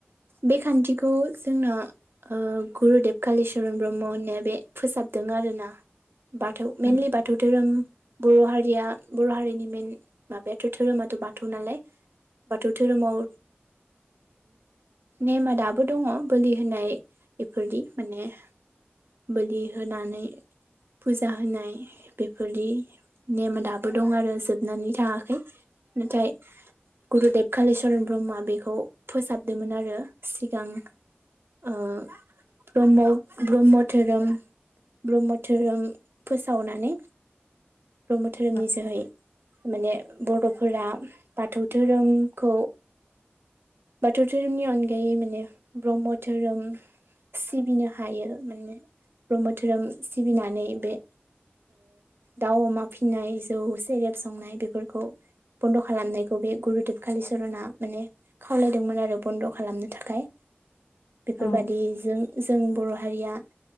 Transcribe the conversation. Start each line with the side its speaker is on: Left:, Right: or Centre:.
Right: बे खान्थिखौ जोंना गुरुदेब कालिचरन ब्रह्म होन बे फोसाबदों आरोना। बाथौ
Left: ओं
Right: मेइनलि बाथौ बाथौ धोरोम बर' हारिया बर' हारिनि मेइन माबायाथ' धोरोमाथ' बाथौ नालाय बाथौ धोरोमाव नेमा दाबो दङ बोलि होनाय बेफोरदि माने बोलि होनानै फुजा होनाय बेफोरदि नेम दाबो दं आरो जोबनानै थाङाखै। नाथाय गुरुदेब कालिचरन ब्रह्मया बेखौ फोसाबदोंमोन आरो सिगां ओ ब्रह्म ब्रह्म धोरोम ब्रह्म धोरोम फोसावनानै ब्रह्म धोरोमनि
Left: औ
Right: जोहै माने बर'फोरा बाथौ धोरोमखौ बाथौ धोरोमनि अनगायै माने ब्रह्म धोरोम सिबिनो हायो माने ब्रह्म धोरोम सिबिनानै बे दाउ अमा फिनाय जौ सेरेब संनाय बेफोरखौ बन्द' खालामनायखौ बे गुरुदेब कालिचरना माने खावलायदोंमोन आरो बन्द' खालामनो थाखाय। बेफोरबादि
Left: औ
Right: जों जों बर' हारिया